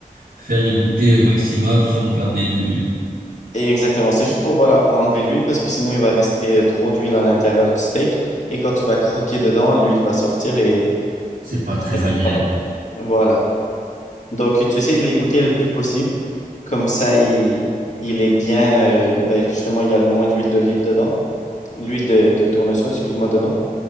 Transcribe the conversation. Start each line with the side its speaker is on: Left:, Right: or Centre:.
Right: faire égoutter au maximum sans garder de l'huile.
Left: et Exactement, c'est juste pour, voilà, pour enlever l'huile parce que sinon il va rester euh, trop d'huile à l'intérieur du steak et quand tu vas croquer dedans, l'huile va sortir et
Right: C'est pas très
Left: ça goûtera
Right: agréable.
Left: pas. Voilà. Donc, tu essaies de les goûter le plus possible. Comme ça, il, il est bien. euh, ben, justement, il y a le moins d'huile d'olive dedans. L'huile de, de tournesol, excuse-moi, dedans.